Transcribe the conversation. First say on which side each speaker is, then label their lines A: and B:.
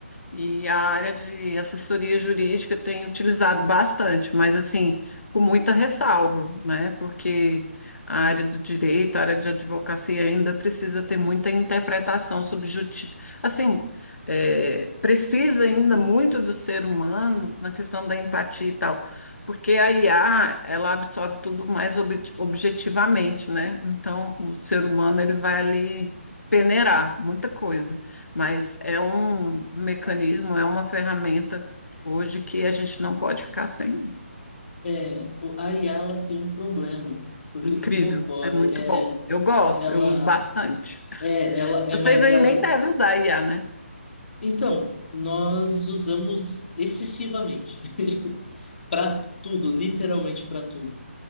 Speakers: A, on the left (about 90°); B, on the left (about 55°).
A: E a área de assessoria jurídica tem utilizado bastante, mas assim, com muita ressalva, né? Porque a área do direito, a área de advocacia ainda precisa ter muita interpretação sobre justiça. Assim, é, precisa ainda muito do ser humano na questão da empatia e tal, porque a IA, ela absorve tudo mais ob- objetivamente, né? Então, o ser humano, ele vai ali peneirar muita coisa. Mas é um um mecanismo, é uma ferramenta hoje que a gente não pode ficar sem.
B: É, o- a IA ela tem um problema, porque
A: Incrível,
B: o que que ocorre?
A: é muito
B: É,
A: bom. Eu gosto,
B: ela
A: eu uso bastante.
B: é, ela é,
A: Vocês
B: mas
A: aí
B: ela
A: nem devem usar IA, né?
B: Então, nós usamos excessivamente <laughs> para tudo, literalmente para tudo.